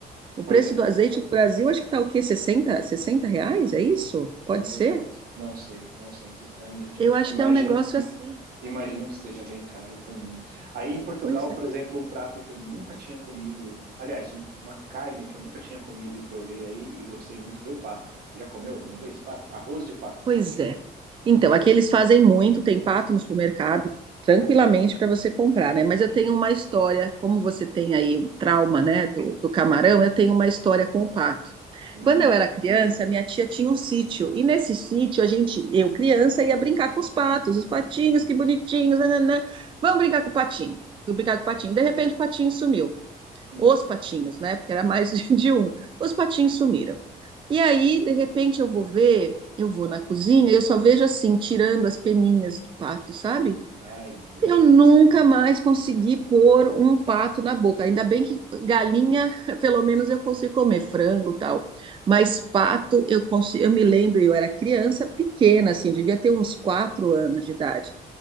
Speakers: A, on the right; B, on the right.
A: O
B: Pois
A: preço
B: é.
A: do azeite no Brasil, acho que está o quê? sessenta sessenta reais? É isso? Pode
B: Meu
A: ser?
B: Deus. Não sei, não sei, sinceramente.
A: Eu acho
B: Imagino,
A: que é um negócio assim.
B: imagino que esteja bem caro também. Aí em Portugal,
A: Pois
B: por exemplo, um prato que eu nunca tinha comido, aliás, um- uma carne que eu nunca tinha comido e provei aí e gostei muito foi o pato. Já comeu alguma vez pato? Arroz de pato.
A: Pois é. Então, aqui eles fazem muito, tem pato no supermercado, tranquilamente para você comprar, né? Mas eu tenho uma história, como você tem aí o trauma, né, do, do camarão, eu tenho uma história com o pato.
B: Hum,
A: Quando eu era criança, minha tia tinha um sítio, e nesse sítio a gente, eu criança, ia brincar com os patos, os patinhos, que bonitinhos, nananã. Vamos brincar com o patinho. Fui brincar com o patinho. De repente, o patinho sumiu.
B: hum.
A: Os patinhos, né? Porque era mais <laughs> de um. Os patinhos sumiram. E aí, de repente, eu vou ver, eu vou na cozinha e eu só vejo assim, tirando as peninhas do pato, sabe?
B: Ai, meu Deus.
A: Eu nunca mais consegui pôr um pato na boca. Ainda bem que galinha, <laughs> pelo menos eu consigo comer frango, e tal. Mas pato, eu consigo, eu me lembro, eu era criança pequena, assim, devia ter uns quatro anos de idade.